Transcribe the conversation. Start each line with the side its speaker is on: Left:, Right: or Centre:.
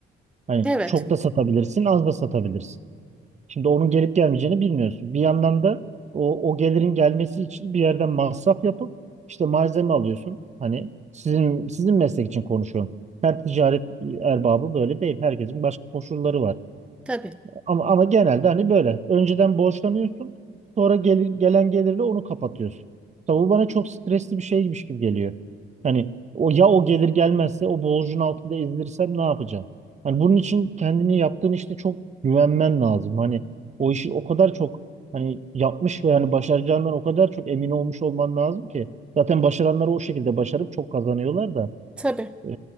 Right: Hani
Centre: Evet.
Right: çok da satabilirsin, az da satabilirsin. Şimdi onun gelip gelmeyeceğini bilmiyorsun. Bir yandan da o, o gelirin gelmesi için bir yerden masraf yapıp işte malzeme alıyorsun. Hani sizin sizin meslek için konuşuyorum. Her ticaret erbabı böyle değil. Herkesin başka koşulları var.
Centre: Tabii.
Right: Ama ama genelde hani böyle. Önceden borçlanıyorsun. Sonra gelir, gelen gelirle onu kapatıyorsun. Tabi bu bana çok stresli bir şeymiş gibi geliyor. Hani o ya o gelir gelmezse o borcun altında ezilirsem ne yapacağım? Hani bunun için kendini yaptığın işte çok güvenmen lazım. Hani o işi o kadar çok hani yapmış ve yani başaracağından o kadar çok emin olmuş olman lazım ki. Zaten başaranlar o şekilde başarıp çok kazanıyorlar da.
Centre: Tabii.
Right: E,